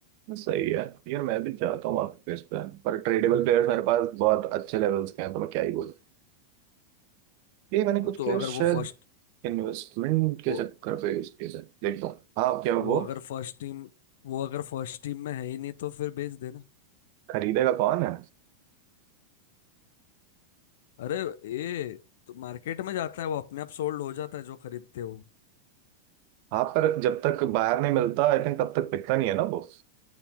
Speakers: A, on the right; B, on the left.
A: सही है यार मैं भी चाहता हूँ आपके प्लेयर्स पे पर ट्रेडेबल प्लेयर्स मेरे पास बहुत अच्छे लेवल्स के हैं तो मैं क्या ही बोलूँ ये मैंने कुछ
B: तो
A: प्लेयर्स
B: अगर
A: शायद
B: वो फर्स्ट
A: इन्वेस्टमेंट के
B: वो
A: चक्कर पे यूज किए थे देखता हूँ हाँ क्या वो
B: वो अगर फर्स्ट टीम वो अगर फर्स्ट टीम में है ही नहीं तो फिर बेच देना
A: खरीदेगा कौन है
B: अरे ये तो मार्केट में जाता है वो अपने आप सोल्ड हो जाता है जो खरीदते हो
A: हाँ पर जब तक बाहर नहीं मिलता आई थिंक तब तक पिकता नहीं है ना वो